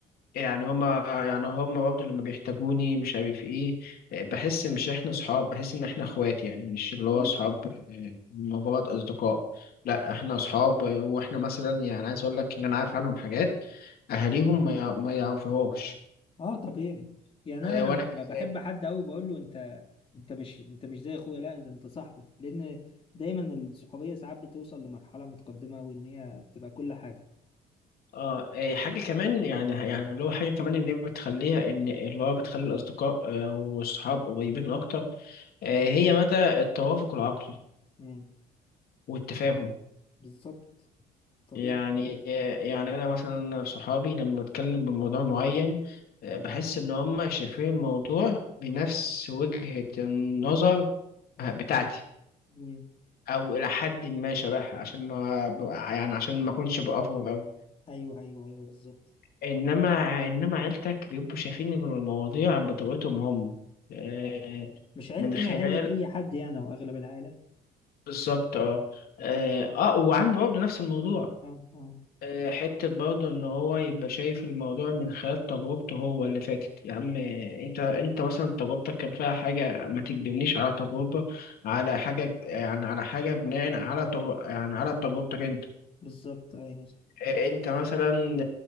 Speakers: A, on the left (about 65°); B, on the left (about 35°).
A: يعني هما يعني هما برضه لما بيحتاجوني مش عارف ايه آه، بحس مش احنا صحاب بحس ان احنا اخوات يعني مش اللي هو
B: ايوه
A: صحاب آه، مجرد اصدقاء لا احنا صحاب آه، واحنا مثلا يعني عايز اقول لك ان انا عارف عنهم حاجات اهاليهم ما يع- ما يعرفوهاش
B: اه طبيعي يعني
A: آه،
B: انا
A: وانا
B: لما
A: كذلك
B: بحب حد قوي بقول له انت انت مش انت مش زي اخويا لا ده انت صاحبي لان دايما الصحوبيه ساعات بتوصل لمرحله متقدمه وان هي بتبقى كل حاجه
A: اه إيه، حاجة كمان يعني يعني اللي هو حاجة كمان ان هي بتخليها ان اللي هو بتخلي الاصدقاء آه، والصحاب قريبين اكتر آه،
B: مم.
A: هي مدى التوافق العقلي
B: مم.
A: والتفاهم
B: بالظبط طبيعي
A: يعني يعني انا مثلا صحابي لما بتكلم بموضوع معين آه،
B: اه
A: بحس ان هم شايفين الموضوع بنفس وجهة النظر
B: اه
A: آه، بتاعتي
B: مم.
A: او الى حد ما شبهها عشان ما يعني عشان ما اكونش بافور او
B: ايوه ايوه ايوه بالظبط
A: انما انما عيلتك بيبقوا شايفين المواضيع بطريقتهم هم آه،
B: اه مش عيلتنا
A: من خلال
B: عيله اي حد يعني واغلب العائله
A: بالظبط اه
B: مم.
A: اه آه، وعنده برضه نفس الموضوع
B: اه اه
A: آه، حتة برضه إن هو يبقى شايف الموضوع من خلال تجربته هو اللي فاتت يا عم آه، أنت أنت مثلا تجربتك كان فيها حاجة ما تكدبنيش على تجربة على
B: اه
A: حاجة يعني على حاجة بناء على تجر... يعني على تجربتك أنت
B: بالظبط ايوه صح
A: آه، أنت مثلا